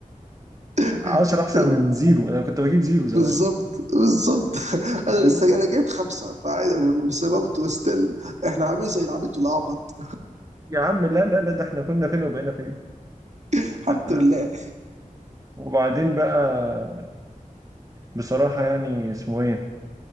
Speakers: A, on the right; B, on the right.
A: <laughs>
B: 10 احسن من زيرو انا كنت بجيب زيرو زمان
A: بالظبط بالظبط <laughs>
B: فاهم؟
A: انا لسه انا جايب خمسه فعادي بس برضه ستيل احنا عاملين زي العبيط والاعبط
B: يا عم لا لا لا ده احنا كنا فين وبقينا فين
A: <laughs> الحمد
B: فاهم؟
A: لله
B: وبعدين بقى بصراحة يعني اسمه ايه